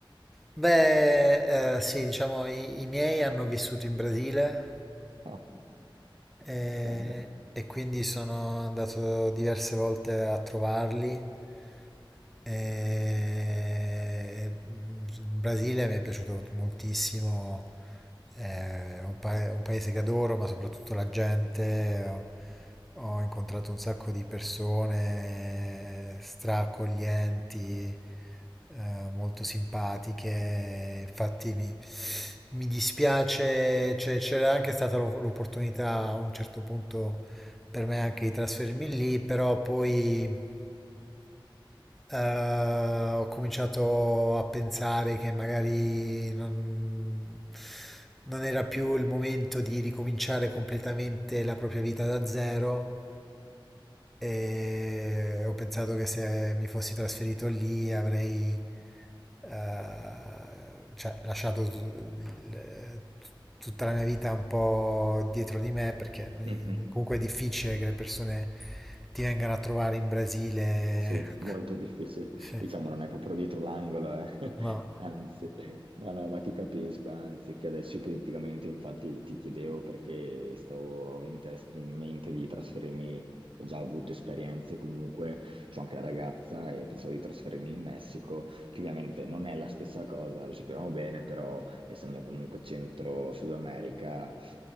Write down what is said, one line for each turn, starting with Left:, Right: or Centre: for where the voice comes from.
Centre: Beh, eh, sì, diciamo, i, i miei hanno vissuto in Brasile
Right: Oh,
Centre: E,
Right: stupendo.
Centre: e quindi sono andato diverse volte a trovarli. E... mm, Il Brasile mi è piaciuto moltissimo, è un, pa- un paese che adoro, ma soprattutto la gente. Ho, ho incontrato un sacco di persone straccoglienti eh, molto simpatiche. Infatti mi, mi dispiace, cioè, c'era anche stata l'o- l'opportunità a un certo punto per me anche di trasferirmi lì, però poi eh, ho cominciato a pensare che magari non, non era più il momento di ricominciare completamente la propria vita da zero. E ho pensato che se mi fossi trasferito lì avrei eh, cioè, lasciato tu- l- tutta la mia vita un po' dietro di me perché noi-
Right: Ok.
Centre: comunque è difficile che le persone ti vengano a trovare in Brasile.
Right: Sì,
Centre: ecco.
Right: molto difficile.
Centre: Sì.
Right: Diciamo, non è proprio dietro l'angolo, eh. <laughs>
Centre: No,
Right: Anzi, no, no, ma ti capisco, anzi, che adesso ipoteticamente infatti ti chiedevo perché stavo in, test- in mente di trasferirmi, ho già avuto esperienze comunque, c'ho anche la ragazza e pensavo di trasferirmi in Messico, che ovviamente non è la stessa cosa, lo sappiamo bene, però essendo comunque centro Sud America,